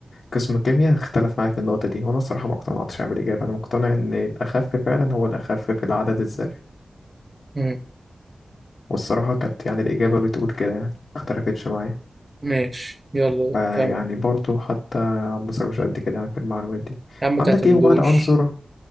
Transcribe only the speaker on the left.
قسم كيمياء اختلف معايا في النقطه دي وانا الصراحه ما اقتنعتش بالاجابه انا مقتنع ان الاخف فعلا هو الاخف في العدد الذري
والصراحه كانت يعني الاجابه بتقول كده يعني ما اختلفتش معايا
فيعني
برضه حتى عبد الناصر مش قد كده يعني في المعلومات دي
عندك ايه هو بقى العنصر